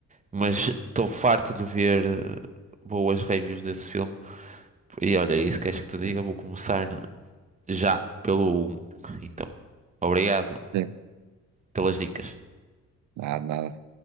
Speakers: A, on the right; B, on the right.
A: mas estou farto de ver eh, boas reviews desse filme. E olha, é isso que queres que te diga?
B: É,
A: Vou começar já pelo um Então, obrigado
B: é.
A: pelas dicas.
B: Nada, nada.